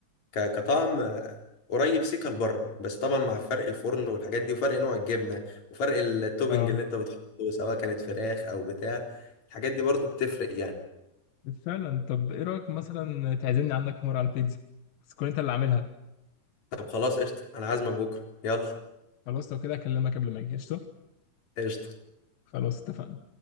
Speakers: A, on the left; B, on the left.
A: ك- كطعم قريب سيكا لبره بس طبعا مع فرق الفرن والحاجات دي وفرق نوع الجبنه وفرق التوبنج
B: اه
A: اللي انت بتحطه سواء كانت فراخ او بتاع الحاجات دي برضو بتفرق يعني
B: فعلا طب ايه رايك مثلا تعزمني عندك مره على البيتزا بس تكون انت اللي عاملها
A: طب خلاص قشطه انا عازمك بكره يلا
B: خلاص لو كده اكلمك قبل ما اجي قشطه
A: قشطه
B: خلاص اتفقنا